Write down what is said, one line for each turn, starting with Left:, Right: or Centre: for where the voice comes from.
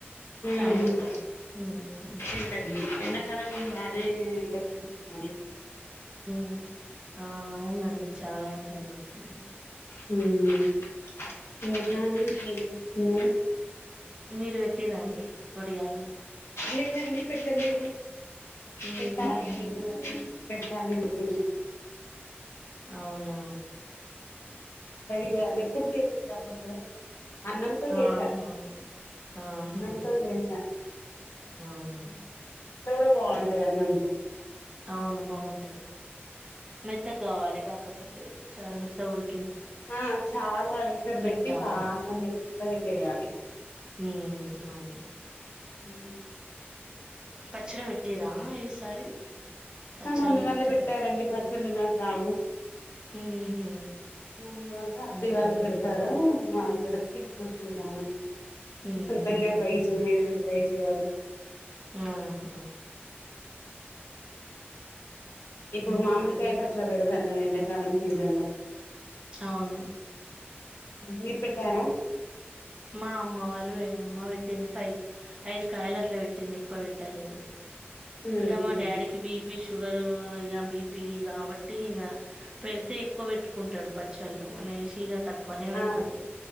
Left: ఉమ్
Right: సాయ త్రం వరకి మ్
Left: ఎండకి ఎండకాలం బానే ఎండలు కొడుతున్
Right: మ్ ఆ అవునండి చాలా ఎండల్ కొడుతున్నయి.
Left: మ్ ఇంకా అండి ఇంకేం చేస్తున్నరు?
Right: మీరు పెట్టింరా అండి ఒడియాలు
Left: లేదండి పెట్టలేదు
Right: ఉహు
Left: పెట్టాలి నేన్ గుడ పెట్టాలి ఇప్పుడు ఇగ
Right: అవునా
Left: ట్రై చేయాలి ఎప్పుడు చేయలేదు రవ్వతో అన్నంతో
Right: ఆహా
Left: చేసా,
Right: ఆహా
Left: అన్నంతో చేసా
Right: అవునా
Left: అట్ట గుడా బాగుంటద్ అన్నంతో
Right: అవును బాగుంటయి. మెత్తగావాలె కాకపోతే చాలా మెత్త ఉడి
Left: ఆ చాలా ఎసర్
Right: పెట్టాలి
Left: పెట్టి బాగా మెత్తగ చేయాలె
Right: మ్ అవును.
Left: మ్
Right: పచ్చడ పెట్టీరా ఈసారి పచ్చళ్ళు
Left: మా మమ్మీ వాళ్ళే
Right: పెట్టారా
Left: పెట్టారండి పచ్చళ్లు నాక్ రావు.
Right: ఉహు
Left: మమ్మీ వాళ్ళు, అత్తయ్య
Right: ఉహు
Left: వాళ్ళు పెడ్తారు వాళ్ళు పెడ్తే తీస్కొచ్చుకుంటాను.
Right: ఉహు
Left: సొంతంగా ట్రై చేయలేదం ట్రై చేయాలి.
Right: ఆ హ
Left: ఇప్పుడు
Right: హుహు.
Left: మామిడికాయ పచ్చడ పెడతారు కదా ఎండాకాలం సీజన్లో
Right: అవును
Left: మీర్ పెట్టారా?
Right: మా అమ్మ వాళ్ళు వే అమ్మ పెట్టింది ఫైవ్ ఐదు కాయల్ అట్ల పెట్టింది ఎక్కువ పెట్టలేదు.
Left: ఉహు
Right: ఇంకా మా డాడీకి బీపీ షుగర్ ఇగ బీపీల్ కాబట్టి ఇగ పెడ్తే ఎక్కువ పెట్టుకుంటడు పచ్చళ్ళు అ కనేసి ఇగ తక్కువనే పెడ్తది
Left: ఆ